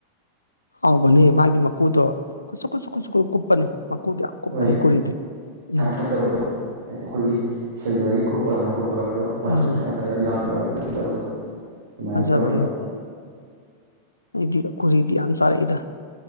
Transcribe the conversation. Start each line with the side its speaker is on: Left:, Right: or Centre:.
Left: ꯍꯥꯎꯕꯅꯦ ꯃꯥꯒꯤ ꯃꯀꯨꯗꯣ ꯀꯨꯁꯨ ꯀꯨꯁꯨ ꯀꯨꯁꯨ ꯀꯨꯞ ꯀꯨꯞꯄꯅꯦ ꯃꯀꯨꯗꯤ ꯌꯥꯝ ꯀꯨꯞꯄꯅꯤ
Right: ꯍꯣꯏ
Left: ꯀꯨꯔꯤꯗꯤ ꯎꯝ
Right: ꯌꯥꯝ ꯐꯖꯕꯗꯣ ꯍꯥꯏꯗꯤ ꯑꯩꯈꯣꯏꯒꯤ ꯁꯤꯜꯚꯔꯒꯤ ꯀꯨꯞꯄ ꯑꯗꯨꯃꯥꯏꯅ ꯀꯨꯞꯄꯒ ꯑꯗꯣ ꯃꯆꯨꯁꯨ
Left: ꯎꯝ
Right: ꯌꯥꯝ ꯐꯖꯔꯒ ꯂꯪꯈꯠꯂꯒ ꯐꯖꯕꯗꯣ ꯑꯗꯨꯃꯥꯏꯅ
Left: ꯐꯖꯕꯅꯤ
Right: ꯇꯧꯋꯦꯕ
Left: ꯑꯩꯗꯤ ꯀꯨꯔꯤꯗꯤ ꯌꯥꯝ ꯆꯥꯔꯛꯏꯗ